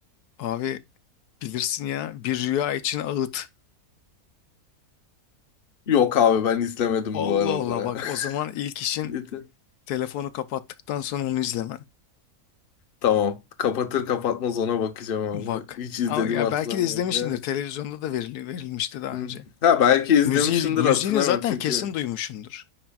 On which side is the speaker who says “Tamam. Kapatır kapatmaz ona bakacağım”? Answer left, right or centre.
Left